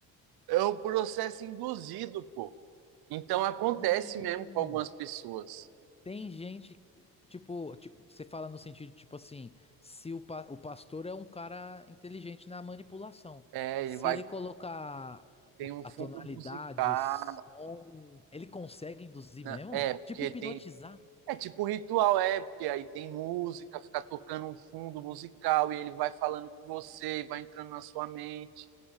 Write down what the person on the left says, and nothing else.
Hum.
Tem gente, que- tipo, ti- você fala no sentido, tipo assim, se o, pa- o pastor é um cara inteligente na manipulação,
se
ele colocar
o-
a
tonalidade,
o som, ele consegue induzir
mesmo?
Tipo hipnotizar?